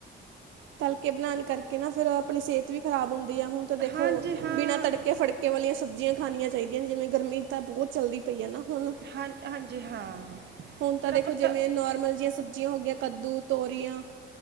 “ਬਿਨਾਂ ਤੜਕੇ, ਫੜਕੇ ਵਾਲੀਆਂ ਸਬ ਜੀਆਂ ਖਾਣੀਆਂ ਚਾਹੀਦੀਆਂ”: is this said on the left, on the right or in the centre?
Right